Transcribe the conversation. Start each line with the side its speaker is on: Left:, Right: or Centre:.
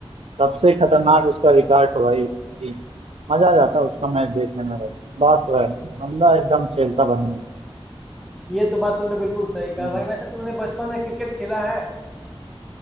Right: सबसे खतरनाक
Centre: ये तो
Right: उसका रिकॉर्ड है भाई मजा आ जाता है उसका
Centre: ये,
Right: मैच देखने में भाई बात तो है बंदा एकदम खेलता बन गया।
Centre: ये तो बात तुमने बिल्कुल सही
Right: हम्म।
Centre: कहा भाई वैसे तुमने बचपन में क्रिकेट खेला है